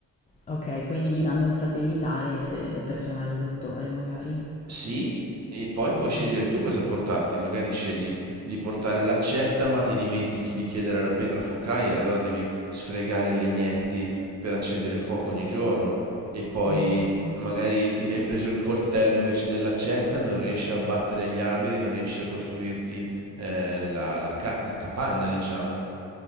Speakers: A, on the left; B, on the right.
A: Ok, quindi gli danno il satellitare se- per chiamare il dottore, magari.
B: Sì, e poi
A: Ok.
B: puoi scegliere tu cosa portarti, magari scegli di portare l'accetta, ma ti dimentichi di chiedere la pietra focaia, allora devi sfregare i legnetti per accendere il fuoco ogni giorno. E poi
A: Oh,
B: magari ti- hai preso il coltello invece dell'accetta, non riesci a abbattere gli alberi, non riesci a costruirti eh, la, la ca- la capanna, diciamo.